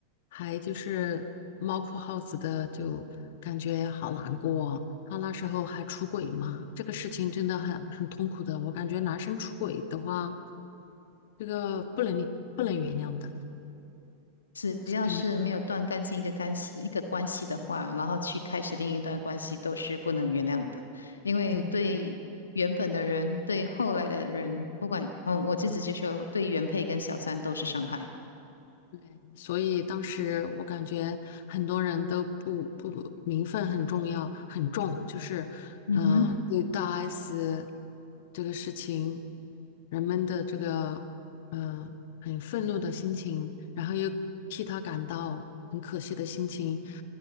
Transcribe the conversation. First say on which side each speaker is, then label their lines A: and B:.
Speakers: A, on the left; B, on the left.
A: 还就是猫哭耗子的，就感觉好难过他那时候还出轨嘛，这个事情真的很很痛苦的。我感觉男生出轨的话，这个不能不能原谅的。
B: 只要是没有断干净一个干系一个关系的话，
A: 对
B: 然后去开始另一段关系，都是不能原谅的，因为对。
A: 对
B: 原本的人对后来的人，不管，嗯，我就直接说，对原配跟小三都是伤害。
A: 对，所以当时我感觉很多人都不不名分很重要很重，就是嗯、
B: 嗯哼。
A: 呃对大 S 这个事情，人们的这个嗯、呃很愤怒的心情，然后又替他感到很可惜的心情，